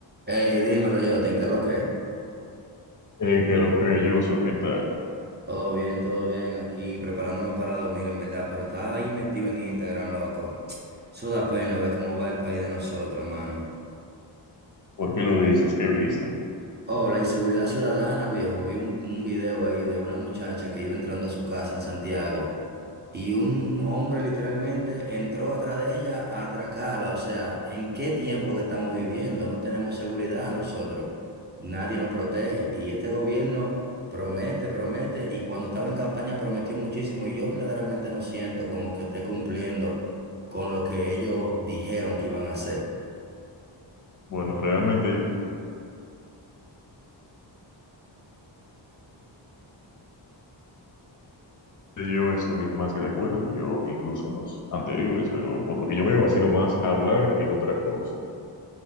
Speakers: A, on the right (about 25°); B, on the left (about 45°).
A: Hey, dímelo yo, ¿te lo ok.
B: Eh, que lo que yo soy, ¿qué tal?
A: Todo bien, todo bien aquí, preparándome para dormir en verdad, pero estaba ahí metido en Instagram, loco. Eso da pena ver cómo va el país de nosotros, mano.
B: ¿Por qué lo dices? ¿Qué viste?
A: Oh, la inseguridad ciudadana, viejo. Vi un, un video ahí de una muchacha que iba entrando a su casa en Santiago Y un hombre literalmente entró atrás de ella a atracarla. O sea, ¿en qué tiempo que estamos viviendo? No tenemos seguridad nosotros. Nadie nos protege. Y este gobierno promete, promete. Y cuando estaba en campaña prometió muchísimo. Y yo verdaderamente no siento como que esté cumpliendo con lo que ellos dijeron que iban a hacer.
B: Bueno, realmente yo estoy más que de acuerdo, yo incluso en los anteriores, pero por lo que yo veo ha sido más hablar que otra cosa.